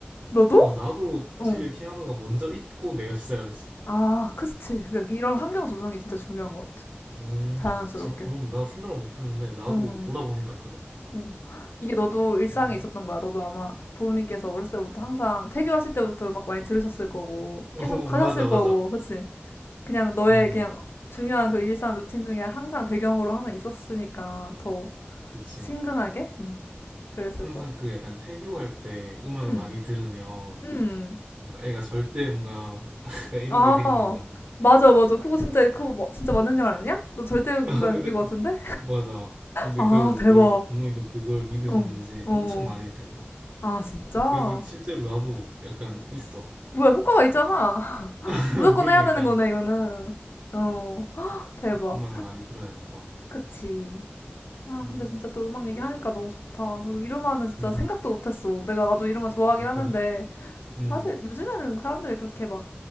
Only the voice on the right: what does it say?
어, 나도 집에
피아노가 먼저 있고 내가 시작을 했어.
음,
아, 지금 그런데 나 생각을 못했는데 나도
돌아보니까 그래.
음.
어, <laughs> 맞아,
맞아.
음,
그치.
항상
그
약간 태교할 때 음악을
많이 들으면
뭔가 애가 절대 뭔가 <laughs> 약간 이런
게 생긴다. <laughs>
아, 근데
맞아. 근데
그래서 우리
부모님도 그걸 믿으셨는지
엄청 많이 들은 거야.
그래서 실제로 나도 약간 있어.
<laughs>
그러니까
음악을 많이 들어야 되나 봐.
음.
<laughs>
아,
그래? 음.